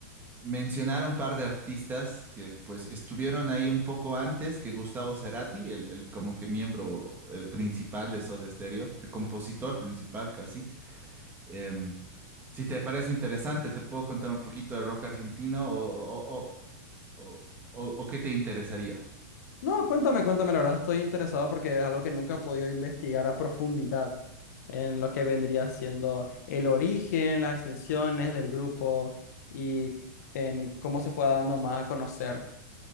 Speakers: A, on the right (about 20°); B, on the left (about 65°).
A: mencionar un par de artistas que pues estuvieron ahí un poco antes que Gustavo Cerati, el, el como que miembro eh, principal de Soda Stereo, el compositor principal casi Em, si te parece interesante, te puedo contar un poquito de rock argentino o, o, o, o- o qué te interesaría.
B: No, cuéntame, cuéntame, la verdad estoy interesado porque es algo que nunca he podido investigar a profundidad en lo que vendría siendo el origen, las extensiones del grupo y en cómo se fue dando más a conocer.